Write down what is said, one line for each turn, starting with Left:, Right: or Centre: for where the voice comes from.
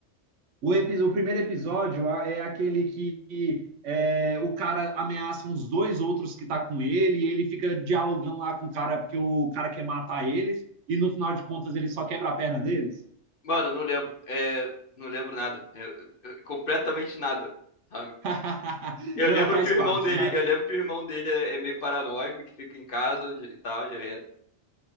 Right: O, epi- o primeiro episódio é aquele que, que, é, o cara ameaça uns dois outros que tá com ele, e ele fica dialogando lá com o cara, porque o cara quer matar eles, e no final de contas ele só quebra a perna deles.
Left: Mano, não lembro. É, não lembro nada. É, é, completamente nada, sabe?
Right: <laughs>
Left: Eu
Right: Não,
Left: lembro
Right: faz
Left: que o irmão
Right: parte.
Left: dele,
Right: Já...
Left: eu lembro que o irmão dele é é meio paranoico, que fica em casa e tal, direto.